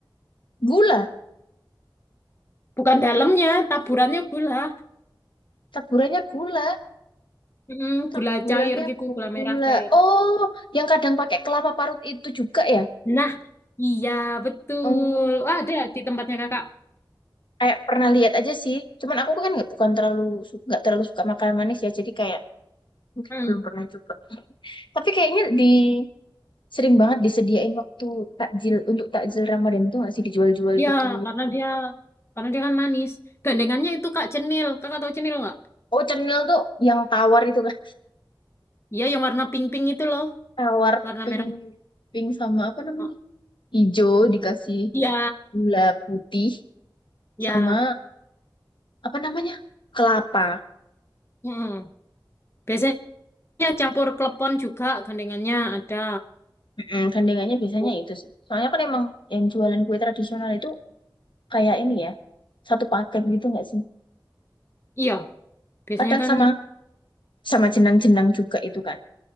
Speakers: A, on the left; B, on the left.
A: gula,
B: Bukan dalamnya, taburannya gula.
A: taburannya gula,
B: Mm,
A: taburannya
B: gula cair gitu,
A: gula.
B: gula merah cair.
A: Oh, yang kadang pakai kelapa parut itu juga ya?
B: Nah, iya betul.
A: Oh,
B: Wah, ada di tempatnya kakak.
A: kayak pernah lihat aja sih. Cuman aku kan nggak bukan terlalu su- nggak terlalu suka makanan manis ya, jadi kayak mungkin
B: Mm.
A: belum pernah coba. Tapi kayaknya di sering banget disediain waktu takjil untuk takjil Ramadan itu nggak sih dijual-jual
B: Ya,
A: gitu.
B: karena dia karena dia kan manis. Gandengannya itu Kak Cenil. Kakak tahu Cenil nggak?
A: Oh, cenil tuh yang tawar itu lah
B: Iya, yang warna pink-pink itu loh,
A: tawar
B: warna
A: pink
B: merah.
A: pink sama apa namanya?
B: Oh,
A: Hijau dikasih
B: Iya,
A: gula putih
B: iya.
A: sama apa namanya kelapa.
B: Mm. Biasanya campur klepon juga gandengannya ada.
A: Mm, gandengannya biasanya
B: Oh,
A: itu sih. Soalnya kan emang yang jualan kue tradisional itu kayak ini ya, satu paket gitu nggak sih?
B: Iya, biasanya
A: Kadang
B: kan
A: sama sama jenang-jenang juga itu kan.